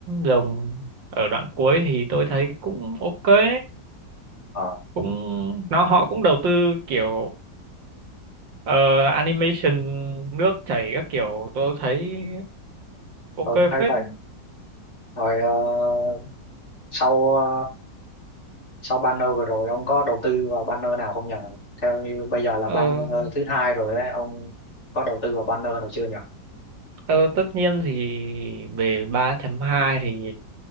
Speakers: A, on the right; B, on the left.
A: rồng ở đoạn cuối thì tôi thấy cũng ok
B: ờ
A: cũng nó họ cũng đầu tư kiểu ờ, animation nước chảy các kiểu tôi thấy ok
B: tôi cũng thấy
A: phết
B: vậy rồi ờ, sau ờ, sau banner vừa rồi ông có đầu tư vào banner nào không nhỉ theo như bây giờ
A: Ờ,
B: là banner thứ hai rồi ấy ông có đầu tư vào banner nào chưa nhỉ
A: ờ, tất nhiên thì về 3 hai thì